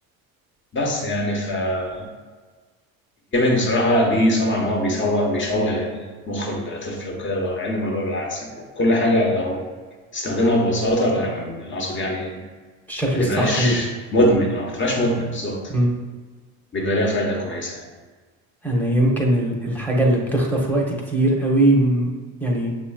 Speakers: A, on the left; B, in the centre.
A: بس يعني فالجيمنج بصراحه ليه سمعه ان هو بيسوح بيشوه مخ الطفل وكده مع ان الموضوع بالعكس يعني كل حاجه لو تستخدمها ببساطه يعني اقصد يعني
B: الشكل
A: ما تبقاش
B: الصح ليها
A: مدمن اه ما تبقاش مدمن بالظبط
B: امم
A: بيبقى ليها فايده كويسه يعني
B: انا يمكن ال- الحاجه اللي بتخطف وقتي كتير قوي م- يعني